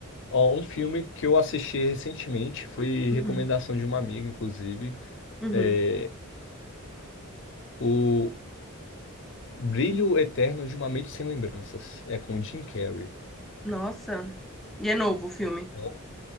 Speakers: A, on the left; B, in the centre.
A: ó, um filme que eu assisti recentemente, foi
B: Uhum.
A: recomendação de uma amiga, inclusive.
B: Uhum.
A: É, o Brilho Eterno de uma Mente Sem Lembranças. É com Jim Carrey.
B: Nossa. E é novo o filme.
A: É um-